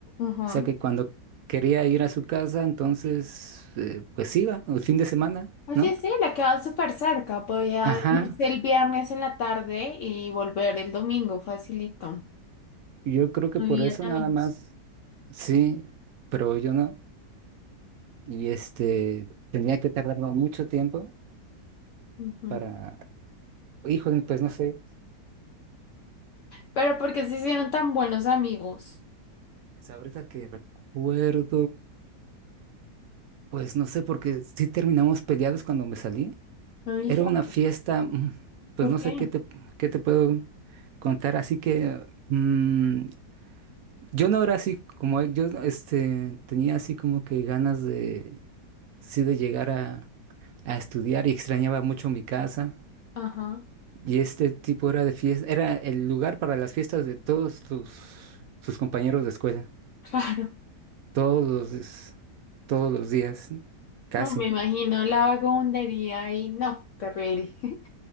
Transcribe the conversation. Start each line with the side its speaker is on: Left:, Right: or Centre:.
Left: Ajá.
Right: sea que cuando quería ir a su casa, entonces, eh, pues iba, el fin de semana,
Left: Oye,
Right: ¿no?
Left: sí, le quedaba súper cerca, podía
Right: Ajá,
Left: irse el viernes en la tarde y volver el domingo, facilito.
Right: yo creo que
Left: No
Right: por
Left: vivía
Right: eso
Left: tan
Right: nada
Left: lejos.
Right: más, sí, pero yo no. Y este, tenía que tardarme mucho tiempo
Left: Ujú.
Right: para, híjole, pues no sé,
Left: Pero porque qué se hicieron tan buenos amigos?
Right: es ahorita que recuerdo, pues no sé, porque sí terminamos peleados cuando me salí.
Left: No dije,
Right: Era una fiesta,
Left: "Ah,
Right: mm, pues
Left: ¿por
Right: no
Left: qué?
Right: sé qué te, qué te puedo contar, así que... mm, Yo no era así, como él, yo este, tenía así como que ganas de, sí, de llegar a, a estudiar y extrañaba mucho mi casa.
Left: Ajá,
Right: Y este tipo era de fiesta, era el lugar para las fiestas de todos sus, sus compañeros de escuela,
Left: <laughs> claro.
Right: todos los, des- todos los días, casi.
Left: No, me imagino la vagabundería y no, terrible. <laughs>